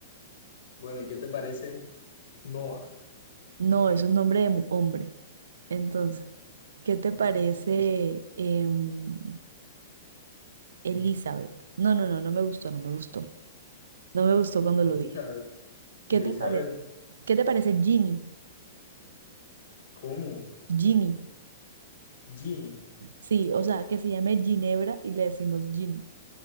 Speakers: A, on the left; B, on the right.
A: Bueno, ¿y qué te parece Noah?
B: No, eso es nombre de mu- hombre. Entonces, ¿qué te parece, em, Elizabeth? No, no, no, no me gustó, no me gustó. No me gustó cuando
A: Elizabeth,
B: lo dije. ¿Qué
A: Elizabeth,
B: te parece? ¿Qué te parece Ginny?
A: ¿cómo?
B: Ginny.
A: Gini,
B: Sí, o sea, que se llame Ginebra y le decimos Ginny.